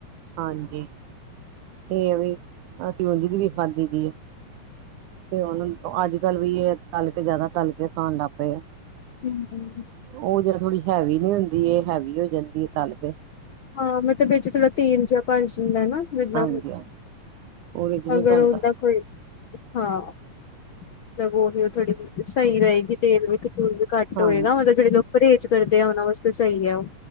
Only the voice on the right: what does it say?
ਹਾਂਜੀ, ਇਹ ਹੈ ਵੀ, ਤੇ ਅਸੀਂ ਉਹਦੀ ਦੀ ਵੀ ਖਾਧੀ ਦੀ ਆ, ਤੇ ਉਹਨੂੰ ਅੱਜ -ਕੱਲ ਵੀ ਇਹ ਤਲ ਕੇ ਜਿਆਦਾ ਤਲ ਕੇ ਖਣ ਲੱਗ ਪਏ ਆ।
ਉਹ ਜ ਥੋੜੀ ਹੈਵੀ ਨਹੀਂ ਹੁੰਦੀ। ਦੀ ਇਹ ਹੈਵੀ ਹੋ ਜਾਂਦੀ ਹੈ ਤਲ ਕੇ
ਹਾਂਜੀ
ਹਾਂਜੀ। ਉਹਦੇ ਚ ਨੀ
ਬਣਦਾ
ਹਾਂਜੀ